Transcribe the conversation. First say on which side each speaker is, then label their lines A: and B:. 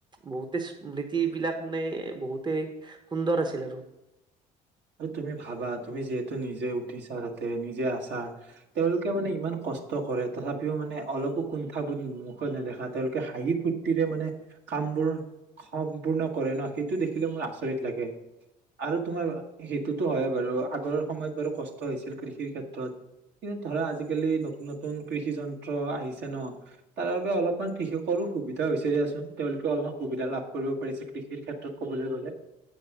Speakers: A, on the right (about 20°); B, on the right (about 55°).
A: বহুতে স্মৃতি বিলাক মানে বহুতেই সুন্দৰ আছিল আৰু-
B: আৰু তুমি ভাবা- তুমি যিহেতু নিজে উঠিছা- তে নিজে আ- ছা তেওঁলোকে মানে ইমান কষ্ট- কৰে তথাপিও মানে অলপো কুণ্ঠাবোৰধ মুখত নেদেখা তেওঁলোকে হাঁহি ফূুৰ্তিৰে মানে কাম বোৰ সম্পূৰ্ণ কৰে ন সেইটো দেখি- দেখিলে মোৰ আচৰিত লাগে। আৰু তোমাৰ- সেইটোতো হয় বাৰু আগৰ সময়ত বাৰু কষ্ট হৈছিল কৃষিৰ ক্ষেত্ৰত কিন্তু ধৰা আজিকালি নতুন নতুন কৃষি যন্ত্ৰ আহিছে ন- তাৰ বাবে অলপমান- কৃষকৰো সুবিধা হৈছে দিয়চোন তেওঁলোকে অলপ সুবিধা লাভ কৰিব পাৰিছে কৃষিৰ ক্ষেত্ৰত- কবলৈ গ'লে